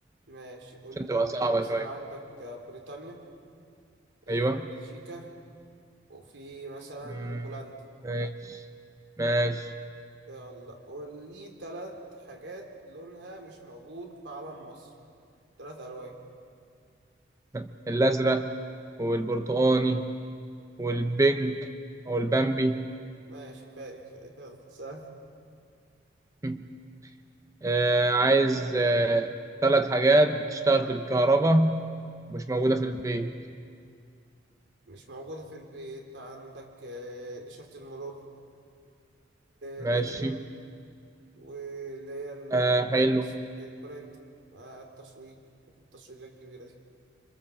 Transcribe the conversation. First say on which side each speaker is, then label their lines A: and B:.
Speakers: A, on the right; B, on the right.
A: ماشي قول
B: عشان تبقى
A: لي
B: صعبة
A: مثلا
B: شوية
A: عندك بريطانيا آه،
B: ايوه
A: بلجيكا وفي مثلا
B: مم،
A: بولندا
B: ماشي ماشي
A: يلا قول لي تلات حاجات لونها مش موجود في علم مصر تلات ألوان
B: <laughs> الازرق والبرتقاني والبنك او البامبي
A: ماشي كفاية كفاية يلا سهل
B: <laughs> آه، عايز آه، ثلاث حاجات تشتغل في الكهرباء مش موجودة في البيت
A: مش موجودة في البيت عندك آه، إشارة المرور الاي
B: ماشي
A: تي ام واللي هي ال-
B: آه حلو
A: البرنت آه، التصوير في التصويرات الكبيرة دي